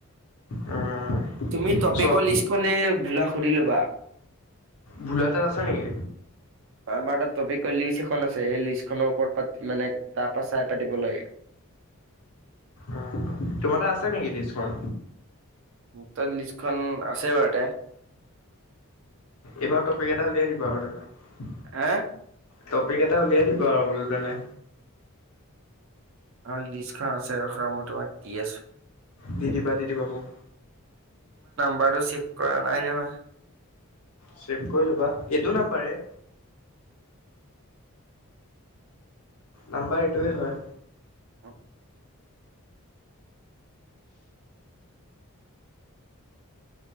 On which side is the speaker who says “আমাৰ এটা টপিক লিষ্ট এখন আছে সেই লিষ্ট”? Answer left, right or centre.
Right